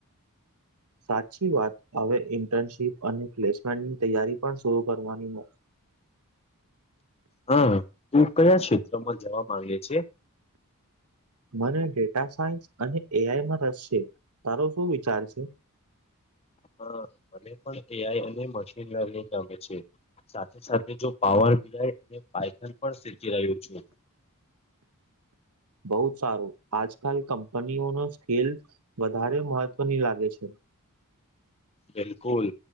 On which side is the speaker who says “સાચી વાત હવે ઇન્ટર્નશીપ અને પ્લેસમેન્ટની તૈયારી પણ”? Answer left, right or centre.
Right